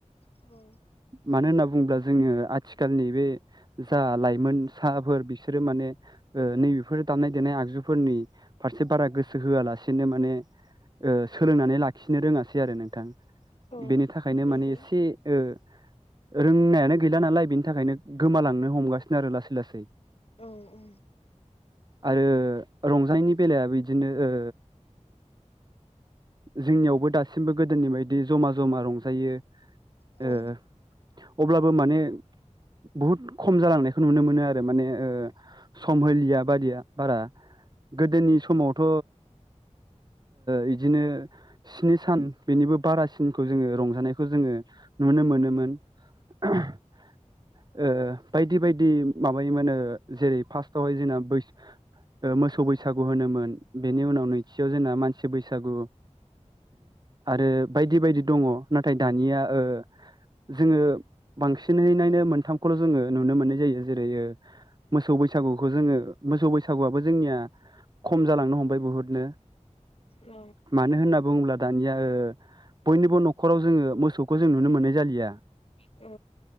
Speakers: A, on the left; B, on the right.
A: औ
B: मानो होनना बुङोब्ला जोङो आथिखालनि बे जा लाइमोन साफोर बिसोरो माने ओ नैबेफोर दामनाय देनाय आगजुफोरनि फारसे बारा गोसो होआलासेनो माने ओ सोलोंनानै लाखिनो रोङासै आरो नोंथां
A: औ
B: बेनि थाखायनो
A: नंगौ
B: माने एसे ओ रोंनायानो गैला नालाय बेनि थाखायनो गोमालांनो हमगासिनो आरो लासै लासै।
A: औ औ
B: आरो रंजानायनि बेलायो बिदिनो ओ जोंनियावबो दासिमबो गोदोनि बायदि जमा जमा रंजायो।
A: औ
B: ओ अब्लाबो माने बहुद खम जालांनायखौ नुनो मोनो आरो माने ओ सम होलिया बायिया बारा गोदोनि समावथ' बिदिनो स्नि सान बेनिबो बारासिनखौ जोङो रंजानायखौ जोङो नुनो मोनोमोन। ओ बायदि बायदि माबायोमोनो जेरै फार्स्टआवहाय जोंना बैस मोसौ बैसागु होनोमोन बेनि उनाव नैथियाव जोंना मानसि बैसागु आरो बायदि बायदि दङ नाथाय दानिया ओ जोङो बांसिनैनायनो मोनथामखौल' जोङो नुनो मोननाय जायो जेरै ओ मोसौ बैसो बसागुखौ जोङो मोसौ बैसागुआबो जोंनिया खम जालांनो हमबाय बुहुदनो।
A: औ
B: मानो होनना बुङोब्ला दानिया ओ बयनिबो न'खराव जोङो मोसौखौ जों नुनो मोननाय जालिया।
A: अ